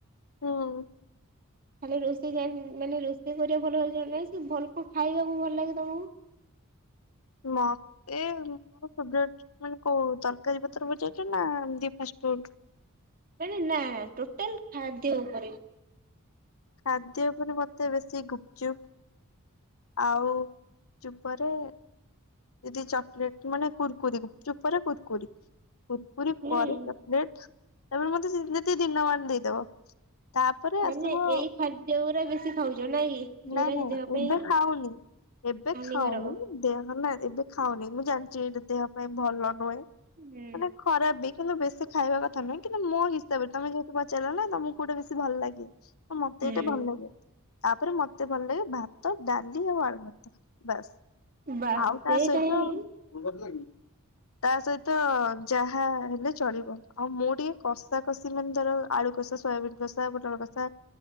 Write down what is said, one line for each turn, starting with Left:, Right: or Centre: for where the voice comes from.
Left: ହଁ।
Right: ଖାଲି ରୋଷେଇ ଜାନ୍ ମାନେ ରୋଷେଇ କରିବା ଭଲ <unintelligible> ସେ ଭଲ କଣ ଖାଇବାକୁ ଭଲ ଲାଗେ ତମକୁ
Left: ମତେ ଉ-ଉ-ଉ ଫେବ୍ରେଟ୍ ମାନେ କୋଉ ତରକାରୀ ପତ୍ର ପଚାରୁଚ ନା-ଆ-ଆ ଏମିତି ଫାଷ୍ଟଫୁଡ।
Right: ମାନେ ନା ନା ଟୋଟାଲ ଖାଦ୍ୟ ଉପରେ।
Left: ଖାଦ୍ୟ ଉପରେ ମତେ ବେଶୀ ଗୁପଚୁପ। ଆଉ ଚୁମ୍ପରେ ଯଦି ଚକଲେଟ ମାନେ କୁୁରକୁରି ଗୁପଚୁପ ପରେ କୁୁରକିରି। କୁରକୁରି
Right: ହୁଁ।
Left: ପରେ ଚକଲେଟ ତମେ ମତେ ଯେତେ ଦିନ ମାନ ଦେଇଦବ। ତାପରେ
Right: ମାନେ
Left: ଆସିବ ଆଉ।
Right: ଏଇ ଖାଦ୍ୟ ଗୁରା ବେଶୀ ଖାଉଛ ନାଇଁ କି ଯୋଉରା
Left: ନାଇଁ ନାଇଁ
Right: କି ଦେହ
Left: ଏବେ
Right: ପାଇଁ
Left: ଖାଉନି। ଏବେ
Right: ହାନିକାରକ।
Left: ଖାଉନି ଦେ ହ ନା ଏବେ ଖାଉନି ମୁଁ ଜାଣିଛି ଏଇଟା ଦେହ ପାଇଁ ଭଲ ନୁହେଁ,
Right: ହୁଁ
Left: ମାନେ ଖରାପ ବି। କିନ୍ତୁ ବେଶୀ ଖାଇବା କଥା ନୁହେଁ କିନ୍ତୁ ମୋ ହିସାବରେ ତମେ ଯେହେତୁ ପଚାରିଲ ନା ତମକୁ କୋଉଟା ବେଶୀ ଭଲ ଲାଗେ। ମତେ
Right: ହୁଁ
Left: ଏଇଟା ଭଲ ଲାଗେ ତାପରେ ମତେ ଭଲ ଲାଗେ ଭାତ, ଡାଲି ଆଉ ଆଳୁ ଭର୍ତ୍ତା ବାସ୍।
Right: ବାସ୍
Left: ଆଉ ତା
Right: ସେଇଟା
Left: ସହିତ
Right: ହିଁ
Left: ତା ସହିତ ଯାହା ହେଲେ ଚଳିବ। ଆଉ ମୁଁ ଟିକେ କଷା କଷି ମାନେ ଧର ଆଳୁ କଷି ସୋୟାବିନ କଷା, ପୋଟଳ କଷା।